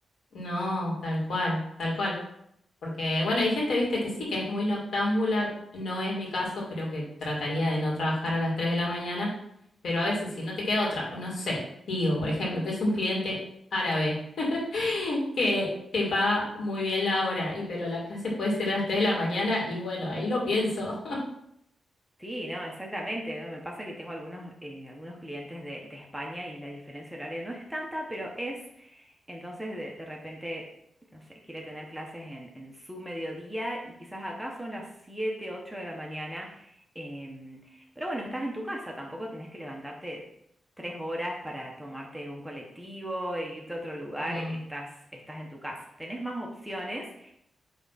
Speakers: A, on the left (about 65°); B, in the centre.
A: No, tal cual, tal cual. Porque, bueno, hay gente, viste, que sí, que es muy noctámbula. No es mi caso, creo que trataría de no trabajar a las 3 de la mañana, pero a veces si no te queda otra, o no sé, digo, por ejemplo, tenés un cliente árabe <laughs> que te paga muy bien la hora, y pero la clase puede ser a las 3 de la mañana, y bueno, ahí lo pienso.
B: Sí, no, exactamente. ¿no? Me pasa que tengo algunos, eh, algunos clientes de, de España y la diferencia horaria no es tanta, pero es Entonces, de, de repente, no sé, quiere tener clases en, en su mediodía y quizás acá son las 7 8 de la mañana. em, pero bueno, estás en tu casa, tampoco tenés que levantarte tres horas para tomarte un colectivo e irte a otro lugar,
A: Mm.
B: estás, estás en tu casa. Tenés más opciones